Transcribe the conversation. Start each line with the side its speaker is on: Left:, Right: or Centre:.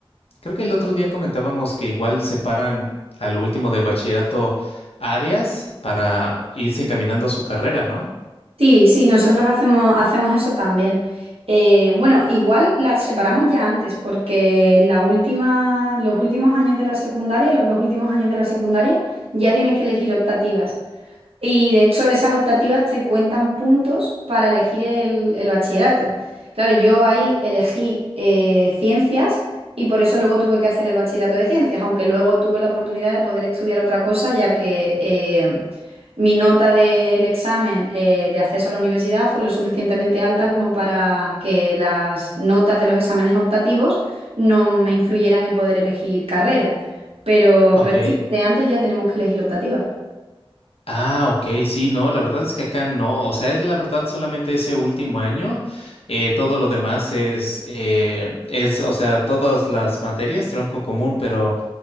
Left: Creo que el otro día comentábamos que igual separan a lo último del bachillerato áreas para irse encaminando a su carrera, ¿no?
Right: Sí, sí, nosotros hacemos, hacemos eso también. Eh, bueno, igual las separamos ya antes, porque la última, los últimos años de la secundaria, los dos últimos años de la secundaria, ya tienes que elegir optativas. Y de hecho, esas optativas te cuentan puntos para elegir el, el bachillerato. Claro, yo ahí elegí eh, ciencias y por eso luego tuve que hacer el bachillerato de ciencias, aunque luego tuve la oportunidad de poder estudiar otra cosa, ya que eh, mi nota del examen eh, de acceso a la universidad fue lo suficientemente alta como para que las notas de los exámenes optativos no me influyeran en poder elegir carrera. Pero,
Left: Ok.
Right: pero sí, de antes ya tenemos que elegir optativas.
Left: Ah, ok, sí, no, la verdad es que acá no, o sea, es la verdad solamente ese último año, eh, todo lo demás es, eh, es, o sea, todas las materias, tronco común, pero